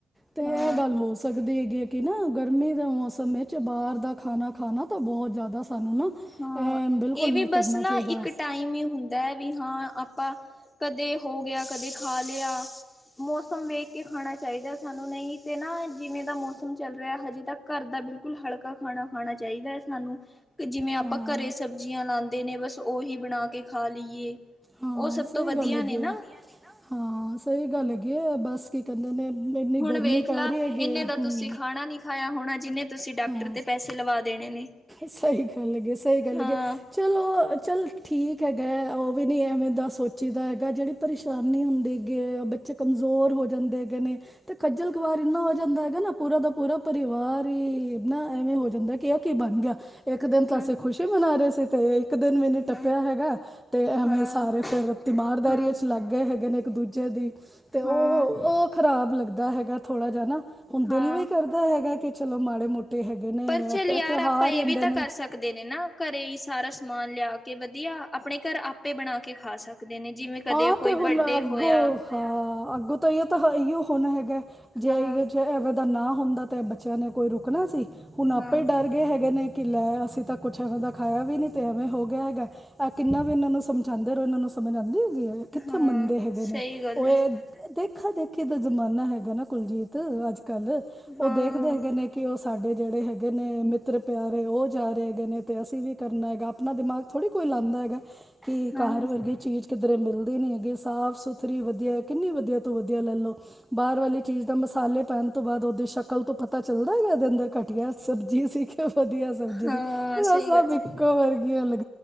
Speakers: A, in the centre; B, on the left (about 20°).
A: ਤੇ
B: ਹਾਂ।
A: ਇਹ ਗੱਲ ਹੋ ਸਕਦੀ ਹੈਗੀ ਏ ਕਿ ਨਾ ਗਰਮੀ ਦੇ ਮੌਸਮ ਵਿੱਚ ਬਾਹਰ ਦਾ ਖਾਣਾ ਖਾਣਾ ਤਾਂ ਬਹੁਤ ਜ਼ਿਆਦਾ ਸਾਨੂੰ ਨਾ
B: ਹਾਂ
A: ਐ ਬਿਲਕੁਲ
B: ਇਹ ਵੀ
A: ਨੀ
B: ਬਸ
A: ਕਰਨਾ
B: ਨਾ
A: ਚਾਹੀਦਾ
B: ਇੱਕ ਟਾਈਮ ਹੀ ਹੁੰਦਾ ਹੈ ਵੀ ਹਾਂ ਆਪਾਂ ਕਦੇ ਹੋ ਗਿਆ ਕਦੇ ਖਾ ਲਿਆ ਮੌਸਮ ਵੇਖ ਕੇ ਖਾਣਾ ਚਾਹੀਦਾ ਸਾਨੂੰ ਨਹੀਂ ਤੇ ਨਾ ਜਿਵੇਂ ਦਾ ਮੌਸਮ ਚੱਲ ਰਿਹਾ ਹਜੇ ਤੱਕ ਘਰ ਦਾ ਬਿਲਕੁਲ ਹਲਕਾ ਖਾਣਾ ਖਾਣਾ ਚਾਹੀਦਾ ਹੈ ਸਾਨੂੰ ਜਿਵੇਂ ਆਪਾਂ
A: ਸਾਨੂੰ
B: ਘਰੇ ਸਬਜ਼ੀਆਂ ਲਾਉਂਦੇ ਨੇ ਬਸ ਉਹੀ ਬਣਾ ਕੇ ਖਾ ਲਈਏ
A: ਹਾਂ
B: ਉਹ ਸਭ
A: ਸਹੀ
B: ਤੋਂ ਵਧੀਆ
A: ਗੱਲ ਹੈਗੀ
B: ਨੇ
A: ਹੈ
B: ਨਾ
A: ਹਾਂ ਸਹੀ ਗੱਲ ਹੈਗੀ ਬਸ ਕੀ ਕਹਿੰਦੇ ਨੇ ਇੰਨੀ
B: ਹੁਣ
A: ਗਰਮੀ
B: ਵੇਖ ਲ
A: ਪੈ ਰਹੀ ਹੈਗੀ
B: ਇਨੇ
A: ਹੈ
B: ਦਾ
A: ਹਮ
B: ਤੁਸੀਂ ਖਾਣਾ ਨੀ ਖਾਇਆ ਹੋਣਾ ਜਿੰਨੇ ਤੁਸੀਂ ਡਾਕਟਰ
A: ਹਾਂ
B: ਤੇ ਪੈਸੇ ਲਵਾ ਦੇਣੇ ਨੇ
A: ਸਹੀ ਗੱਲ ਹੈਗੀ ਏ ਸਹੀ ਗੱਲ
B: ਹਾਂ
A: ਹੈਗੀ ਏ ਚਲੋ ਚੱਲ ਠੀਕ ਹੈਗਾ ਉਹ ਵੀ ਨੀ ਐਵੇਂ ਦਾ ਸੋਚੀਦਾ ਹੈਗਾ ਜਿਹੜੀ ਪਰੇਸ਼ਾਨੀ ਹੁੰਦੀ ਹੈ ਅਗੇ ਬੱਚੇ ਕਮਜ਼ੋਰ ਹੋ ਜਾਂਦੇ ਹੈਗੇ ਨੇ ਤੇ ਖੱਜਲ ਇੱਕ ਵਾਰ ਇੰਨਾ ਹੋ ਜਾਂਦਾ ਹੈਗਾ ਨਾ ਪੂਰਾ ਦਾ ਪੂਰਾ ਪਰਿਵਾਰ ਹੀ ਨਾ ਐਵੇਂ ਹੋ ਜਾਂਦਾ ਕਿ ਆ ਕੀ ਬਣ ਗਿਆ ਇੱਕ ਦਿਨ ਤਾਂ
B: ਹਾਂ
A: ਅਸੀਂ ਖੁਸ਼ੀ ਮਨਾ ਰਹੇ ਸੀ ਤੇ ਇੱਕ ਦਿਨ ਵੀ ਨੀ
B: ਹਾਂ
A: ਟੱਪਿਆ ਹੈਗਾ ਤੇ ਐਵੇਂ
B: ਹਾਂ
A: ਸਾਰੇ ਫਿਰ ਤਿਮਾਰਦਾਰੀ
B: ਹਾਂ
A: ਚ ਲੱਗ ਗਏ ਹੈਗੇ ਨੇ ਇੱਕ ਦੂਜੇ ਦੀ ਤੇ ਉਹ
B: ਹਾਂ
A: ਉਹ ਖ਼ਰਾਬ ਲੱਗਦਾ ਹੈਗਾ ਥੋੜਾ ਜਿਹਾ ਨਾ ਹੁਣ ਦਿਲ
B: ਹਾਂ
A: ਵੀ ਕਰਦਾ ਹੈਗਾ ਕਿ ਚਲੋ ਮਾੜੇ ਮੋਟੇ ਹੈਗੇ ਨੇ
B: ਪਰ ਚੱਲ
A: ਤੇ
B: ਯਾਰ
A: ਤਿਉਹਾਰ
B: ਆਪਾਂ ਇਹ
A: ਹੀ ਹੁੰਦੇ
B: ਵੀ ਤਾਂ
A: ਨੇ
B: ਕਰ ਸਕਦੇ ਨੇ ਨਾ ਘਰੇ ਹੀ ਸਾਰਾ ਸਮਾਨ ਲਿਆ ਕੇ ਵਧੀਆ ਆਪਣੇ ਘਰ ਆਪੇ ਬਣਾ ਕੇ ਖਾ ਸਕਦੇ ਨੇ ਜਿਵੇਂ ਕਦੇ
A: ਹਾਂ
B: ਕੋਈ
A: ਤੇ ਹੁਣ
B: ਬਰਡੇ
A: ਅੱਗੋਂ
B: ਹੋਇਆ
A: ਹਾਂ ਅੱਗੋਂ ਤਾਂ ਇਹ ਤਾਂ ਇਹੀਓ ਹੋਣਾ ਹੈਗਾ ਜੇ
B: ਹਾਂ
A: ਆਇਯੋ ਐਵੇਂ ਦਾ ਨਾ ਹੁੰਦਾ ਤੇ ਬੱਚਿਆਂ ਨੇ ਕੋਈ ਰੁਕਣਾ ਸੀ ਹੁਣ ਆਪੇ
B: ਹਾਂ
A: ਡਰ ਗਏ ਹੈਗੇ ਨੇ ਕਿ ਲੈ ਅਸੀਂ ਤਾਂ ਕੁੱਛ ਐਵੇਂ ਦਾ ਖਾਇਆ ਵੀ ਨੀ ਤੇ ਐਵੇਂ ਹੋ ਗਿਆ ਹੈਗਾ ਆਹ ਕਿੰਨਾ ਵੀ ਇਹਨਾਂ ਨੂੰ ਸਮਝਾਂਦਾ ਧਰ ਉਹਨਾਂ ਨੂੰ ਸਮਝ ਆਉਂਦੀ ਹੈਗੀ ਹੈ ਕਿੱਥੇ
B: ਹਾਂ
A: ਮੰਨਦੇ ਹੈਗੇ
B: ਸਹੀ
A: ਨੇ
B: ਗੱਲ
A: ਉਹ ਇਹ
B: ਹੈ
A: ਦੇ ਦੇਖਾ ਦੇਖੀ ਦਾ ਜ਼ਮਾਨਾ ਹੈਗਾ ਨਾ ਕੁਲਜੀਤ ਅੱਜ ਕੱਲ ਉਹ
B: ਹਾਂ
A: ਦੇਖਦੇ ਹੈਗੇ ਨੇ ਕਿ ਉਸ ਸਾਡੇ ਜਿਹੜੇ ਹੈਗੇ ਨੇ ਮਿੱਤਰ ਪਿਆਰੇ ਉਹ ਜਾ ਰਹੇ ਹੈਗੇ ਨੇ ਅਤੇ ਅਸੀਂ ਵੀ ਕਰਨਾ ਹੈਗਾ ਆਪਣਾ ਦਿਮਾਗ ਥੋੜ੍ਹੀ ਕੋਈ ਲਾਉਂਦਾ ਹੈਗਾ ਕਿ
B: ਹਾਂ
A: ਘਾਰ ਵਰਗੀ ਚੀਜ਼ ਉਧਰੇ ਮਿਲਦੀ ਨੀ ਹੈਗੇ ਸਾਫ਼ ਸੁਥਰੀ ਵਧੀਆ ਕਿੰਨੀ ਵਧੀਆ ਤੋਂ ਵਧੀਆ ਲੈ ਲੋ ਬਾਹਰ ਵਾਲੀ ਚੀਜ਼ ਦਾ ਮਸਾਲੇ ਪੈਣ ਤੋਂ ਬਾਅਦ ਉਹਦੀ ਸ਼ਕਲ ਤੋਂ ਪਤਾ ਚੱਲਦਾ ਦੇ ਅੰਦਰ ਘਟੀਆ ਸਬਜ਼ੀ ਸੀ ਕਿ ਵਧੀਆ ਸਬਜ਼ੀ
B: ਹਾਂ
A: ਸੀ ਇਹ
B: ਸਹੀ
A: ਤਾਂ ਸਭ
B: ਗੱਲ
A: ਇੱਕੋ
B: ਹੈ
A: ਵਰਗੀਆਂ ਲੱਗ